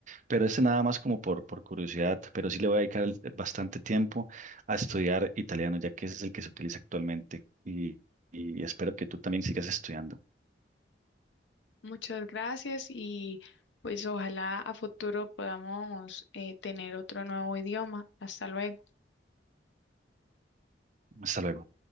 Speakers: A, on the right; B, on the left.
A: Pero este nada más como por, por curiosidad, pero sí le voy a dedicar el- bastante tiempo a estudiar italiano, ya que ese es el que se utiliza actualmente. Y, y espero que tú también sigas estudiando.
B: Muchas gracias y pues ojalá a futuro podamos eh, tener otro nuevo idioma. Hasta luego.
A: Hasta luego.